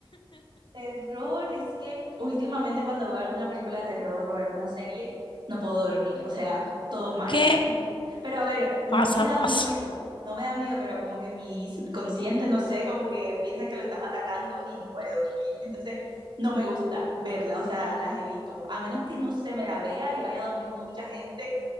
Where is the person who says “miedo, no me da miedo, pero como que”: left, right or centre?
Right